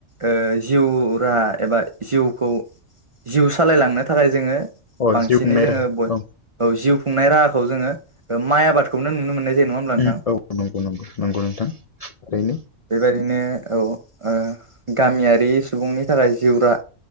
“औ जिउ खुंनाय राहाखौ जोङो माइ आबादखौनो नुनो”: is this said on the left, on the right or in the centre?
Right